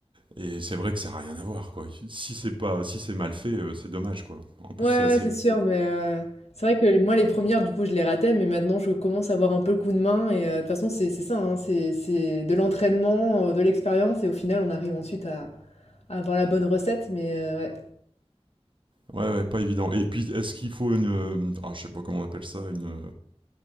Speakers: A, on the right; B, on the left.
A: Et c'est vrai que ça n'a rien à voir, quoi. Si si c'est pas, si c'est mal fait, euh, c'est dommage, quoi. En plus,
B: Ouais,
A: c'est assez,
B: ouais, c'est sûr, mais heu, c'est vrai que moi, les premières du coup, je les ratais, mais maintenant, je commence à avoir un peu le coup de main et heu, de toute façon, c'est c'est ça, hein, c'est c'est de l'entraînement, heu, de l'expérience et au final, on arrive ensuite à à avoir la bonne recette, mais heu, ouais.
A: ouais, ouais, pas évident. Et puis, est-ce qu'il faut une, euh, ah, je sais pas comment on appelle ça, une, euh,